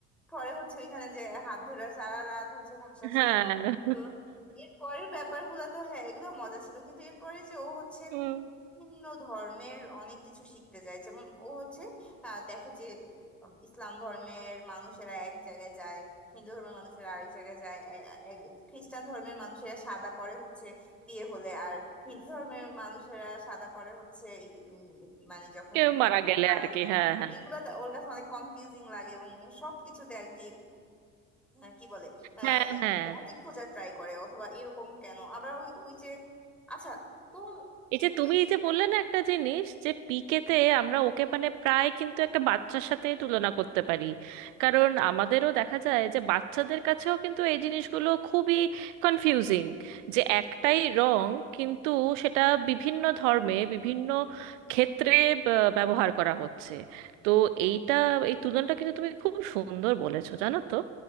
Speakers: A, in the centre; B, on the right.
A: পরে হচ্ছে ওইখানে যে হাত ধরে সারা রাত হচ্ছে ভাষা
B: হ্যাঁ।
A: তো এর পরের ব্যাপারগুলো তো হ্যাঁ এগুলো মজা ছিল কিন্তু এরপরে যে ও হচ্ছে
B: উম,
A: ভিন্ন ধর্মের অনেক কিছু শিখতে যায় যেমন ও হচ্ছে আহ, দেখে যে উম, ইসলাম ধর্মের মানুষেরা এক জায়গায় যায় হিন্দু ধর্মের মানুষেরা আরেক জায়গায় যায় এ- এ- খ্রিস্টান ধর্মের মানুষেরা সাদা পরে হচ্ছে বিয়ে হলে আর হিন্দু ধর্মের মানুষেরা সাদা পরে হচ্ছে উম, মানে যখন
B: কেউ মারা গেলে
A: মারা
B: আর কি
A: গেলে
B: হ্যাঁ
A: হ্যাঁ
B: হ্যাঁ
A: এইগুলা তা- ওর কাছে অনেক কনফিউজিং লাগে এবং সবকিছুতে আর কি হ্যাঁ কি বলে আহ
B: হ্যাঁ
A: এইগুলো
B: হ্যাঁ
A: পথই খোঁজার ট্রাই করে অথবা এরকম কেন আবার ওই ওই যে আচ্ছা তো
B: এই যে
A: তুমি
B: তুমি এই যে বললে না একটা জিনিস যে পিকেতে আমরা ওকে মানে প্রায় কিন্তু একটা বাচ্চার সাথে তুলনা করতে পারি কারণ আমাদেরও দেখা যায় যে বাচ্চাদের কাছেও কিন্তু এই জিনিসগুলো খুবই কনফিউজিং যে একটাই রং কিন্তু সেটা বিভিন্ন ধর্মে বিভিন্ন ক্ষেত্রে ব- ব্যবহার করা হচ্ছে তো এইটা এই তুলনাটা কিন্তু তুমি খুব সুন্দর বলেছো জানো তো